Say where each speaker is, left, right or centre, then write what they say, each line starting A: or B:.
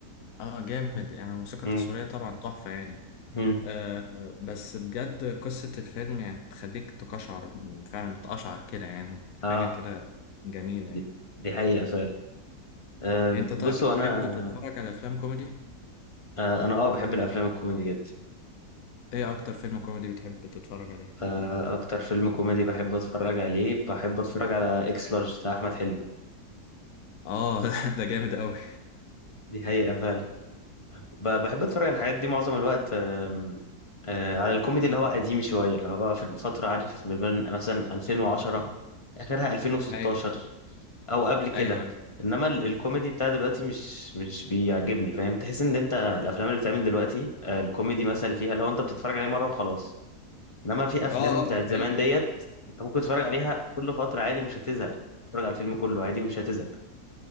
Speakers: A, on the left; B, on the left.
A: اه جامد يعني الموسيقى التصويرية
B: امم
A: طبعا تحفة يعني
B: امم
A: آه آه، بس بجد قصة الفيلم يعني تخليك تقشعر فعلا بتقشعر كده يعني حاجة
B: اه
A: كده جميلة
B: دي
A: يعني
B: دي حقيقه فعلا آه
A: انت طيب
B: بصوا
A: بتحب
B: انا
A: تتفرج على افلام كوميدي؟
B: آه انا اه بحب الافلام الكوميدي جدا
A: ايه اكتر فيلم كوميدي بتحب تتفرج عليه؟
B: فأكتر فيلم كوميدي بحب أتفرج عليه بحب أتفرج على إكس لارج بتاع أحمد حلمي
A: اه <laughs> ده جامد قوي
B: دي حقيقة فعلا ب- بحب أتفرج على الحاجات دي معظم الوقت آم، آه، على الكوميدي اللي هو قديم شوية اللي هو في الفترة عارف ما بين مثلا 2010 آخرها 2016
A: ايوه
B: أو قبل كده
A: ايوه ايوه
B: إنما ال- الكوميدي بتاع دلوقتي مش مش بيعجبني فاهم تحس إن أنت الأفلام اللي بتعمل دلوقتي آه، الكوميدي مثلا اللي فيها لو أنت بتتفرج عليه مرة وخلاص انما في افلام
A: اه اه
B: بتاعت
A: ده
B: زمان
A: حقيقة
B: ديت انت ممكن تتفرج عليها كل فتره عادي مش هتزهق تتفرج على الفيلم كله عادي ومش هتزهق